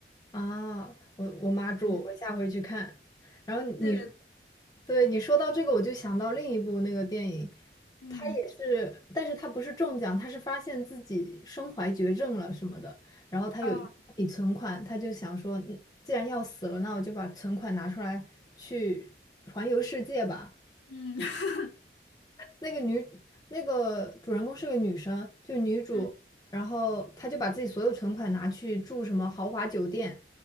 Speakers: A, on the left (about 20°); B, on the left (about 85°).
A: 啊，我我妈住，
B: 嗯，
A: 我下回去看。然后你，
B: 对对，
A: 对你说到这个，我就想到另一部那个电影，
B: 嗯，
A: 它也是，但是它不是中奖，它是发现自己身怀绝症了什么的，然后他有一笔存款，
B: 哦，
A: 他就想说，嗯既然要死了，那我就把存款拿出来去环游世界吧。
B: 嗯 <laughs>
A: 那个女那个主人公是个女生，就女主，
B: 嗯
A: 然后她就把自己所有存款拿去住什么豪华酒店，